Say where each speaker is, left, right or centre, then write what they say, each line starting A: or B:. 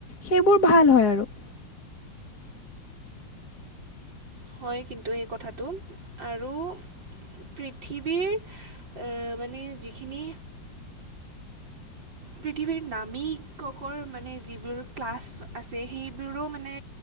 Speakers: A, on the left; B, on the right.
A: সেইবোৰ ভাল হয় আৰু। <inaudible>
B: হয়, কিন্তু এই কথাটো আৰু পৃথিৱীৰ এ মানে যিখিনি পৃথিৱীৰ নামিককৰ মানে যিবোৰ ক্লাছ আছে, সেইবোৰো মানে